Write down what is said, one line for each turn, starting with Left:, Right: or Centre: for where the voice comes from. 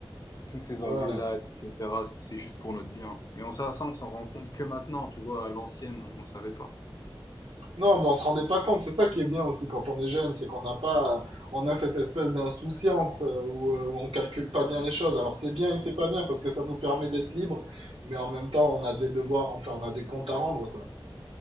Left: Toutes ces
Right: <laughs> Ouais.
Left: engueulades, et cetera, c'est juste pour notre bien. Mais on, ça, ça, on s'en rend compte que maintenant, tu vois, à l'ancienne, on on savait pas.
Right: Non, mais on se rendait pas compte. C'est ça qui est bien aussi quand on est jeune, c'est qu'on n'a pas, on a cette espèce d'insouciance euh, où, euh, où on calcule pas bien les choses. Alors c'est bien et c'est pas
Left: C'est
Right: bien
Left: ça.
Right: parce que ça nous permet d'être libre, mais en même temps on a des devoirs, enfin on a des comptes à rendre quoi.